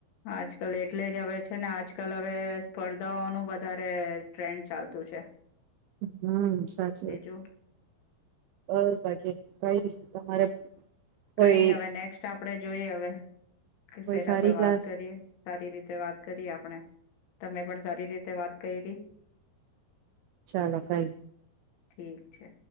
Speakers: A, on the left (about 90°); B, on the right (about 85°).
A: આજકાલ એટલે જ હવે છે ને આજકાલ હવે સ્પર્ધાઓનું વધારે ટ્રેન્ડ ચાલતું છે.
B: હમ સાચું
A: બીજું
B: બસ. બાકી કાય નહી તમારે. કોઈ
A: કઈ નહી હવે નેક્સ્ટ આપણેે જોઈએ. હવે કે
B: કોઈ
A: સેના
B: સારી
A: પર
B: ક્લાસ
A: વાત કરીએ સારી રીતે વાત કરીએ આપણે. તમે પણ સારી રીતે વાત કૈરી.
B: ચાલો કાય.
A: ઠીક છે.